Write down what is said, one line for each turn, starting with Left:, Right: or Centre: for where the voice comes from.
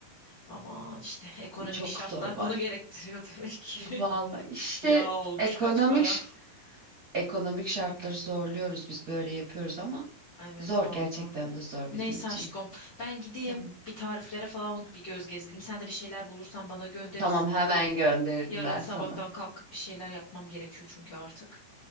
Left: Ama işte <laughs> ekonomik
Right: çok
Left: şartlar
Right: zor var.
Left: bunu gerektiriyor demek ki.
Right: Vallahi işte
Left: <laughs> Yağ olmuş
Right: ekonomik
Left: kaç para.
Right: ekonomik şartları zorluyoruz biz böyle yapıyoruz ama
Left: Evet
Right: zor
Left: vallahi.
Right: gerçekten de zor
Left: Neyse
Right: bizim için.
Left: aşkım, ben gideyim
Right: Tamam.
Left: bir tariflere falan bir göz gezdireyim. Sen de bir şeyler bulursan bana gönderirsin.
Right: Tamam hemen gönderirim
Left: Yarın
Right: ben
Left: sabahtan
Right: sana.
Left: kalkıp bir şeyler yapmam gerekiyor çünkü artık.